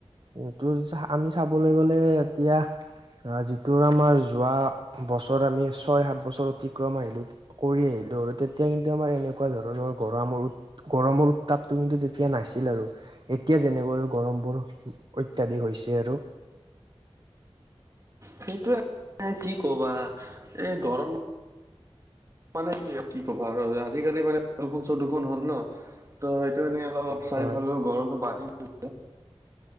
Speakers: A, on the right; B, on the right.
A: এইটো যাহ আমি চাবলৈ গ'লে এতিয়া আহ, যিটো আমাৰ যোৱা বছৰ আমি ছয়, হাত বছৰ অতিক্ৰম আহিলোঁ কৰি আহিলোঁ আৰু তেতিয়া কিন্তু আমাৰ এনেকুৱা ধৰণৰ গৰম গৰমৰ উত্তাপটো কিন্তু তেতিয়া নাছিল আৰু এত এতিয়া যেনেকৈ আৰু গৰম বোৰ অত্যাধিক হৈছে আৰু
B: সেইটোৱেই <unintelligible> কি ক'বা এ গৰম মানে কি -কি ক'বা আৰু আজিকালি মানে প্ৰদুষণ - চদুষণ হ'ল ন' ত'এইটো এনে অলপ চাৰিওফালৰ
A: হয়
B: গৰমটো বাঢ়ি গৈছে।